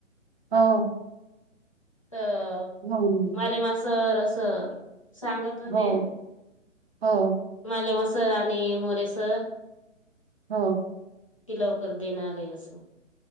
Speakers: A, on the right; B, on the left.
A: हो
B: तर.
A: हो
B: मला मास असं सांगत होते.
A: हो हो
B: मालेमा सर आणि मोरेसर
A: हो.
B: ि लवकर देणार आहे अस